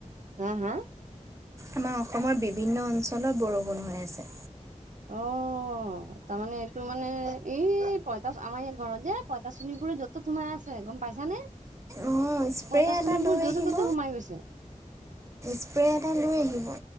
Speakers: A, on the right (about 70°); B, on the right (about 20°).
A: হম হা
B: আমাৰ অসমৰ বিভিন্ন অঞ্চলত বৰষুণ হৈ আছে
A: অ তাৰমানে এইটো মানে এই পইতাশ আমাৰ এই ঘৰত যে পইা তাৰ চোণিপুৰত যতো সোমাই আছে গম পাইছানে
B: অঁ স্প্ৰে'
A: পইতাচনীিবোৰ
B: এটা লৈ
A: য'তে
B: আহিব
A: ত'তে সোমাই গৈছে
B: স্প্ৰে এটা লৈ আহিব